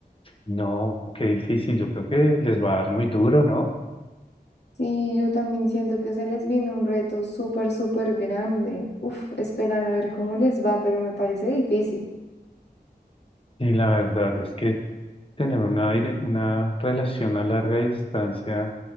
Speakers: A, on the left (about 30°); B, on the left (about 85°).
A: no, qué difícil. Yo creo que les va a dar muy duro, ¿no?
B: Sí, yo también siento que se les viene un reto súper, súper grande. Uf, esperar a ver cómo les va, pero me parece difícil.
A: Y la verdad es que tener una, dire- una relación a larga distancia